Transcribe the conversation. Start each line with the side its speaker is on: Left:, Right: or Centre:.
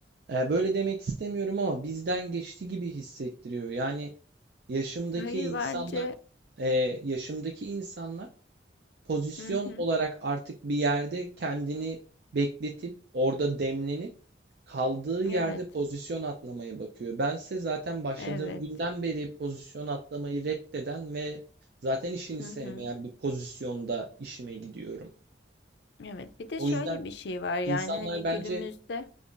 Right: e, böyle demek istemiyorum ama bizden geçti gibi hissettiriyor. Yani yaşımdaki
Left: Hayır
Right: insanlar,
Left: bence.
Right: e, yaşımdaki insanlar pozisyon
Left: Hı hı.
Right: olarak artık bir yerde kendini bekletip orada demlenip kaldığı yerde
Left: Evet.
Right: pozisyon atlamaya bakıyor. Bense zaten başladığım
Left: Evet.
Right: günden beri pozisyon atlamayı reddeden ve zaten işini
Left: Hı
Right: sevmeyen
Left: hı.
Right: bir pozisyonda işime gidiyorum.
Left: Evet. Bir de
Right: O
Left: şöyle
Right: yüzden
Left: bir şey var yani
Right: insanlar
Left: hani
Right: bence
Left: günümüzde